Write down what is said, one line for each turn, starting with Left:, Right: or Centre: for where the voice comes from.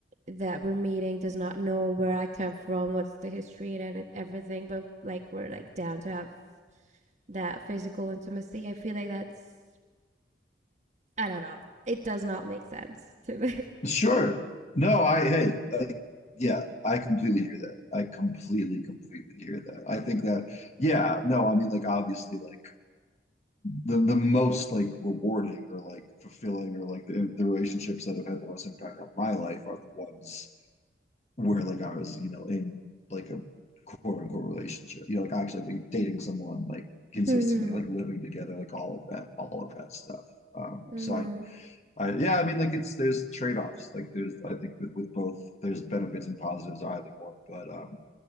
Right: that we're meeting does not know where I come from, what's the history and e-, everything, but like we're like down to have that physical intimacy. I feel like that's I don't know. It does not make sense to me.
Left: sure. No, I, hey, like, yeah, I completely hear that. I completely, completely hear that. I think that, yeah, no, I mean, like, obviously, like, the the most like rewarding or like fulfilling or like the, the relationships that have had the most impact on my life are the ones where like I was, you know, in like a quote unquote relationship. You know, like actually like, dating someone, like consistently,
Right: <laughs> hmm
Left: like living together, like all of that, all of that stuff. Um,
Right: hmm
Left: so I, I yeah, I mean like it's there's trade-offs. Like there's I think with, with both there's benefits and positives either one. But um